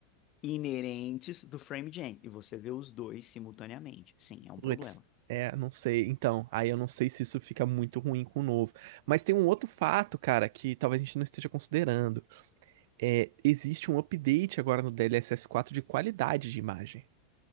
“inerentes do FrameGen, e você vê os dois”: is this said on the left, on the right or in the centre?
Left